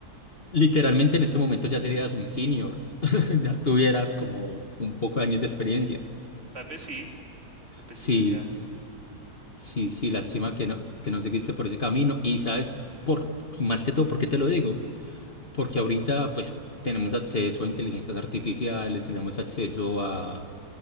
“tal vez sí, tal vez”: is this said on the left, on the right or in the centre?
Right